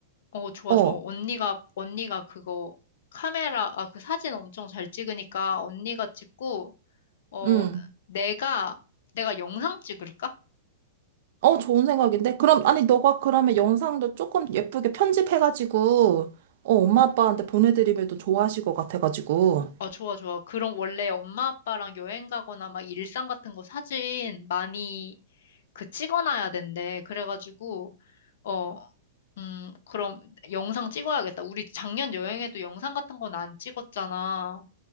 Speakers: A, on the left; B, on the right.
A: 어, 좋아,
B: 어,
A: 좋아. 언니가, 언니가 그거 카메라, 아, 그 사진 엄청 잘 찍으니까 언니가 찍고, 어,
B: 응.
A: 내가, 내가 영상 찍을까?
B: 어, 좋은 생각인데? 그럼, 아니, 너가 그러면 영상도 조금 예쁘게 편집해가지고, 어, 엄마 아빠한테 보내드리면 또 좋아하실 것 같아가지고.
A: 아, 좋아, 좋아. 그럼 원래 엄마 아빠랑 여행 가거나 막 일상 같은 거 사진 많이 그 찍어놔야 된대. 그래가지고, 어, 음, 그럼 영상 찍어야겠다. 우리 작년 여행에도 영상 같은 건 안 찍었잖아.